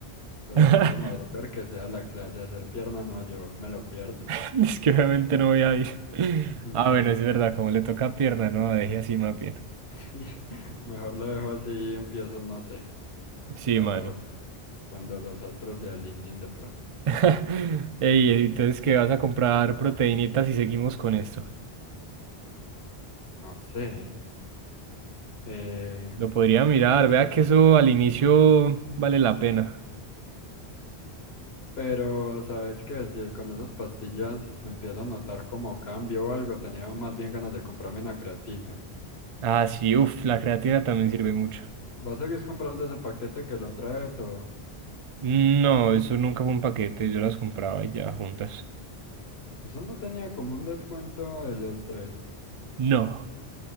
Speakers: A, on the left (about 70°); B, on the right (about 50°).
A: pero
B: <laughs>
A: si eso madrugar que sea la clase, hacer pierna, no, yo me lo pierdo.
B: <laughs> Es que obviamente no voy a ir. <laughs>
A: Mm,
B: Ah, bueno, es verdad, como le toca pierna, no, deje así más bien.
A: sí. <laughs> Mejor lo dejo así y empiezo, no sé,
B: Sí,
A: cuando,
B: mano.
A: cuando los astros se alineen de pronto.
B: <laughs> Ey, entonces, ¿qué vas a comprar proteínitas y seguimos con esto?
A: No sé. Eh,
B: Lo podría mirar, vea que eso al inicio vale la pena.
A: Pero, ¿sabes qué? Si con esas pastillas empiezo a notar como cambio o algo, tenía más bien ganas de comprarme una creatina.
B: Ah, sí, uff, la creatina también sirve mucho.
A: ¿Vas a seguir comprando ese paquete que lo trae todo?
B: No, eso nunca fue un paquete, yo las compraba y ya juntas.
A: Eso no tenía como un descuento de los tres.
B: No,